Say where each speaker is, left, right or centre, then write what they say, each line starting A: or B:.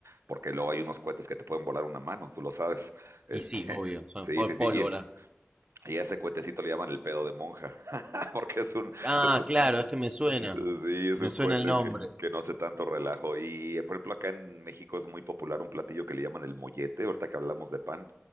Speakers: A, on the right (about 85°); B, on the right (about 25°).
A: porque luego hay unos cohetes que te pueden volar una mano, tú lo sabes, este,
B: Y sí, obvio,
A: <laughs>
B: son
A: sí,
B: pol-
A: sí, sí,
B: pólvora.
A: y es... Y a ese cohetecito le llaman el pedo de monja, <laughs> porque es un,
B: Ah,
A: es,
B: claro, es que me suena.
A: Sí, es
B: Me
A: un
B: suena
A: cohete
B: el nombre.
A: que, que no hace tanto relajo. Y, eh, por ejemplo, acá en México es muy popular un platillo que le llaman el mollete, ahorita que hablamos de pan.